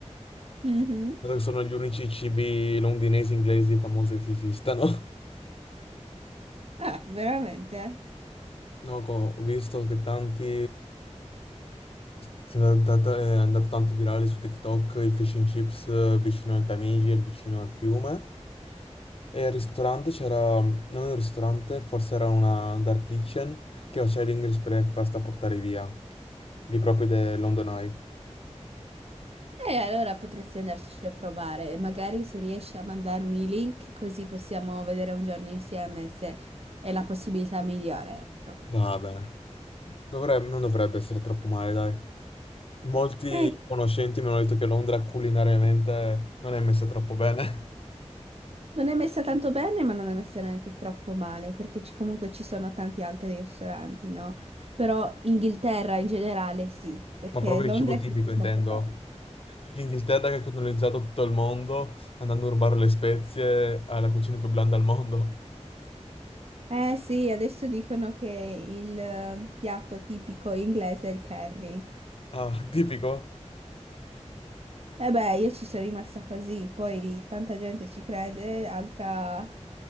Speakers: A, on the right; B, on the left.
A: Mhm.
B: dato che sono gli unici cibi londinesi inglesi famosi che esistano. <laughs>
A: Ah, veramente?
B: No, co- ho visto che tanti È andato, è andato tanto virale su TikTok il fish and chips eh, vicino al Tamigi, il vicino al fiume. E al ristorante c'era, non un ristorante, forse era una dark kitchen che faceva l'English breakfast a portare via, lì proprio del London Eye.
A: E allora potresti andarci a provare, magari se riesci a mandarmi i link così possiamo vedere un giorno insieme se è la possibilità migliore, ecco.
B: Vabbè, dovrebbe, non dovrebbe essere troppo male, dai. Molti
A: Eh,
B: conoscenti mi hanno detto che Londra culinariamente non è messa troppo bene,
A: non è messa tanto bene, ma non è messa neanche troppo male, perché ci- comunque ci sono tanti altri ristoranti, no? Però Inghilterra in generale sì,
B: <laughs>
A: perché
B: ma proprio
A: Londra
B: il cibo
A: è
B: tipico
A: più cosmopolita.
B: intendo. L'Inghilterra che ha colonizzato tutto il mondo andando a rubare le spezie alla cucina più blanda al mondo.
A: Eh sì, adesso dicono che il eh, piatto tipico inglese è il curry.
B: Ah, <laughs> tipico.
A: E beh, io ci sono rimasta così, poi tanta gente ci crede, altra